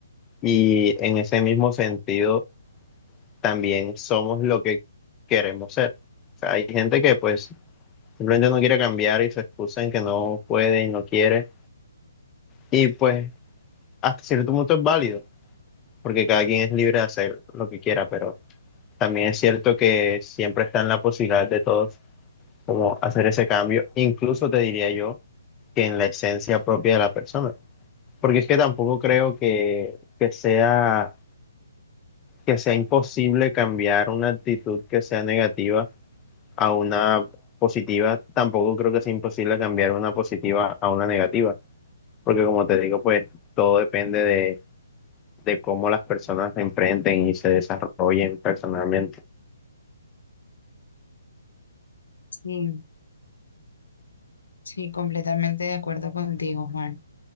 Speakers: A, on the left; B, on the left.
A: Y en ese mismo sentido también somos lo que queremos ser. O sea, hay gente que pues simplemente no quiere cambiar y se excusa en que no puede y no quiere. Y pues hasta cierto punto es válido, porque cada quien es libre de hacer lo que quiera, pero también es cierto que siempre está en la posibilidad de todos como hacer ese cambio, incluso te diría yo que en la esencia propia de la persona. Porque es que tampoco creo que, que sea, que sea imposible cambiar una actitud que sea negativa a una positiva, tampoco creo que sea imposible cambiar una positiva a una negativa, porque como te digo, pues todo depende de, de cómo las personas se enfrenten y se desarrollen personalmente.
B: Sí, sí, completamente de acuerdo contigo, Juan.